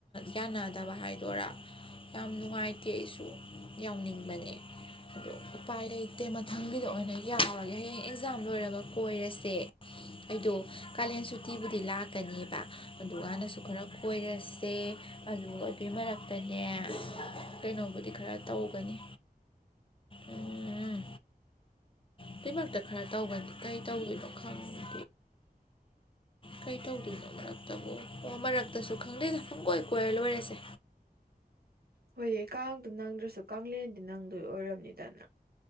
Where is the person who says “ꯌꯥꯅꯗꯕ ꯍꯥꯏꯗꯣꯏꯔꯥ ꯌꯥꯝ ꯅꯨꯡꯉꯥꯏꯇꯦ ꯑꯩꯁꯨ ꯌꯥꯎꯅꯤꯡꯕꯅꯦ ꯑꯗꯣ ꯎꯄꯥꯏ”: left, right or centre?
Left